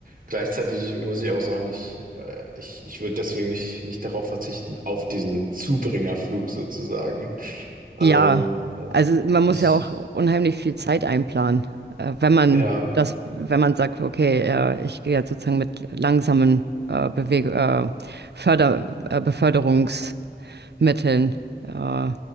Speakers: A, on the right; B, on the right.
A: gleichzeitig muss ich auch sagen, ich, äh, ich, ich würde deswegen nicht, nicht darauf verzichten, auf diesen Zubringerflug sozusagen.
B: Ja,
A: Ähm,
B: also man muss
A: ich,
B: ja auch unheimlich viel Zeit einplanen, äh, wenn man
A: ja,
B: das, wenn man sagt, okay, äh, ich gehe jetzt sozusagen mit langsamen äh, Beweg äh, Förder äh, Beförderungsmitteln äh,